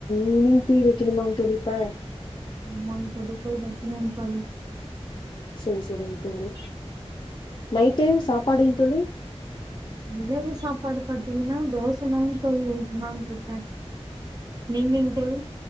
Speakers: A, on the left (about 45°); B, on the right (about 35°).
A: இவ்னிங் டீ வக்கணுமா தோழி இப்ப
B: ஆமாங்க தோழி போய் வைக்கனோ தோழி
A: சேரி சேரிங் தோழி நைட்டு சாப்பாடுங் தோழி
B: <unintelligible> சாப்பாடு பாத்தீங்னா தோச தா தோழி ஊத்லானு இருக்க நீங்கங் தோழி